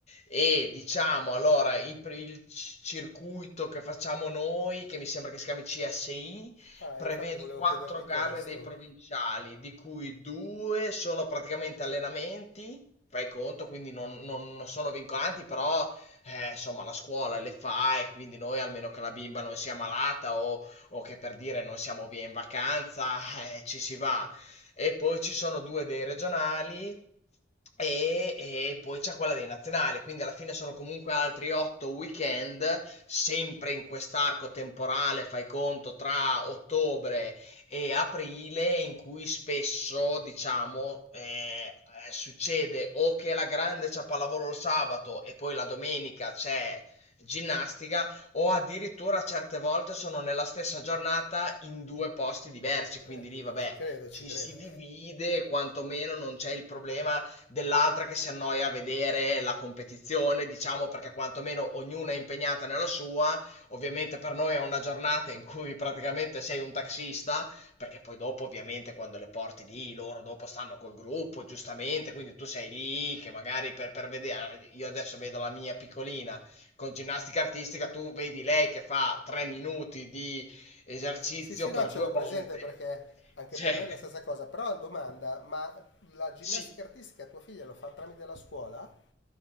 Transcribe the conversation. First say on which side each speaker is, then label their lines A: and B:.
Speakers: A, on the left; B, on the left.
A: E diciamo allora i pr- il, c- circuito che facciamo noi, che mi sembra che si chiami CSI,
B: ah,
A: prevede
B: infatti volevo
A: quattro
B: chiederti
A: gare
B: questo.
A: dei provinciali, di cui due sono praticamente allenamenti, fai conto, quindi non, non- non sono vincolanti, però eh, insomma la scuola le fa e quindi noi, almeno che la bimba non sia malata o, o che per dire non siamo via in vacanza, eh, ci si va e poi ci sono due dei regionali e, e poi c'è quella dei nazionali, quindi alla fine sono comunque altri otto weekend, sempre in quest'arco temporale, fai conto, tra ottobre e aprile, in cui spesso, diciamo, eh, eh, succede o che la grande c'è pallavolo il sabato e poi la domenica c'è ginnastica o addirittura certe volte sono nella stessa giornata in due posti diversi, quindi
B: Eh,
A: lì vabbè
B: ci credo, ci
A: ci
B: credo.
A: si divide, quantomeno non c'è il problema dell'altra che si annoia a vedere la competizione, diciamo perché quantomeno ognuna è impegnata nella sua. Ovviamente per noi è una giornata in cui praticamente sei un taxista, perché poi dopo ovviamente quando le porti lì, loro dopo stanno col gruppo, giustamente, quindi tu sei lì che magari per, per vedere, eh, io adesso vedo la mia piccolina con ginnastica artistica, tu vedi lei che fa tre minuti di esercizio
B: Sì, sì, no,
A: per
B: ce
A: due
B: l'ho
A: volte.
B: presente perché anche
A: Cioè,
B: per noi è la stessa cosa. Però una domanda, ma la ginnastica
A: sì.
B: artistica tua figlia lo fa tramite la scuola?